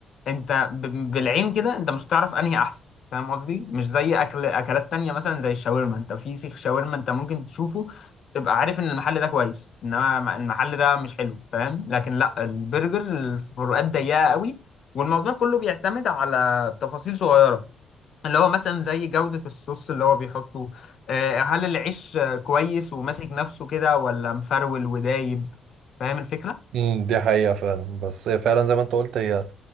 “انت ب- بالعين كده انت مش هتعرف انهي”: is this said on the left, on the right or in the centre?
Left